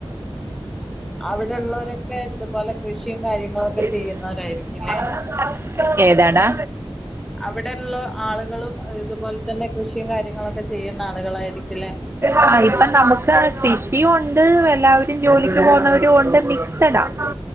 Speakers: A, in the centre; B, on the right (about 25°).
A: അവിടെള്ളവരൊക്കെ ഇതുപോലെ കൃഷിയും കാര്യങ്ങളൊക്കെ
B: പി <unintelligible>
A: ചെയ്യുന്നവരായിരിക്കുംല്ലേ
B: <unintelligible> ഏതാടാ
A: അവിടെ ഉള്ള ആളുകളും ഇതുപോലെ തന്നെ കൃഷിയും കാര്യങ്ങളൊക്കെ ചെയ്യുന്ന ആളുകളായിരിക്കില്ലേ
B: ആഹ് ഇപ്പം നമുക്ക് കൃഷിയും ഉണ്ട് എല്ലാവരും ജോലിക്ക് പോകുന്നവരും ഉണ്ട് മിക്സഡാ ആണ്